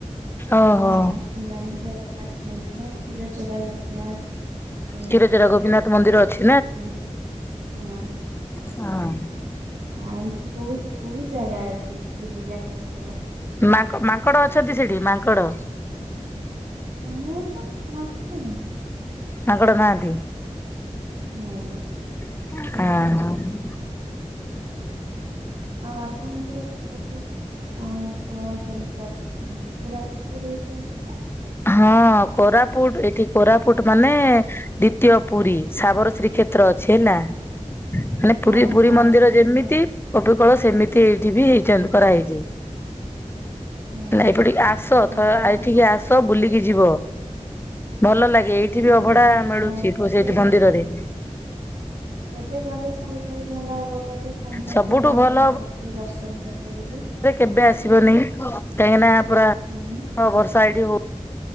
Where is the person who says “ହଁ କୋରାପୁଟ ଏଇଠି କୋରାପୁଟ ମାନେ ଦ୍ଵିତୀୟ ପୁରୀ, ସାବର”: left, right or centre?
Left